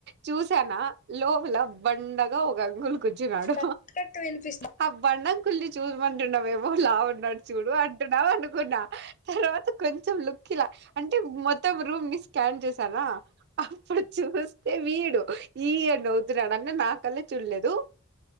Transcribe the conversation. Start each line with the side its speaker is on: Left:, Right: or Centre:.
Right: చూసానా లోపల బండగా ఒక అంకుల్ కూర్చున్నాడు.
Left: కట్ కట్ వినిపిస్తా
Right: ఆ బండం అంకుల్ని చూడమంటున్నావేమో లావు ఉన్నాడు చూడు అంటున్నావు అనుకున్నా తర్వాత కొంచెం లుక్ ఇలా అంటే మొత్తం రూమ్ని స్కాన్ చేసానా అప్పుడు చూస్తే వీడు ఈ అని నవ్వుతున్నాడు అంటే నాకల్లే చూడ్లేదు